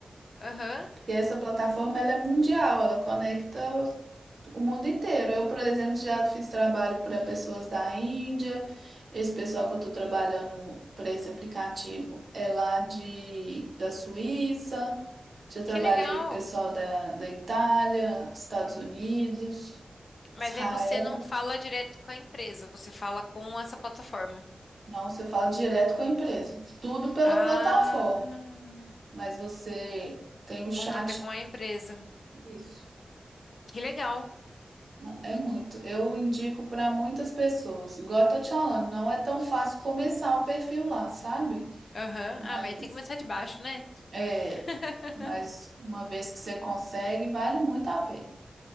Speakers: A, on the left; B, on the right.
A: Aham.
B: Porque essa plataforma ela é mundial, ela conecta o mundo inteiro. Eu, por exemplo, já fiz trabalho para pessoas da Índia. Esse pessoal que eu estou trabalhando para esse aplicativo é lá de, da Suíça. Já trabalhei
A: Que legal.
B: pro pessoal da, da Itália, Estados Unidos,
A: Mas
B: Israel.
A: aí você não fala direto com a empresa, você fala com essa plataforma.
B: Não, você fala direto com a empresa. Tudo pela
A: Ah,
B: plataforma. Mas você tem o
A: contato
B: chat.
A: com a empresa.
B: Isso.
A: Que legal.
B: Não, é muito. Eu indico para muitas pessoas. Igual eu tô te falando, não é tão fácil começar o perfil lá, sabe?
A: Aham.
B: Mas
A: Ah, mas tem que começar de baixo, né?
B: é,
A: <laughs>
B: mas uma vez que você consegue, vale muito a pena.